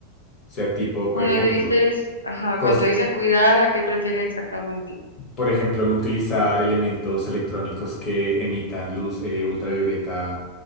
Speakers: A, on the left; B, on the left.
A: O sea, tipo,
B: Cuando
A: por ejemplo,
B: dices, ajá,
A: cos-
B: cuando dices cuidar, ¿a qué te refieres exactamente?
A: por ejemplo, no utilizar elementos electrónicos que emitan luz eh, ultravioleta.